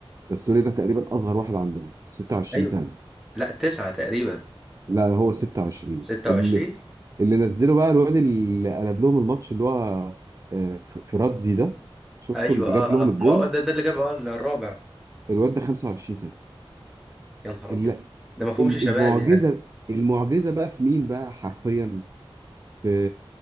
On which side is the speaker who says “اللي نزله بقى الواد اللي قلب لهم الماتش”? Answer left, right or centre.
Right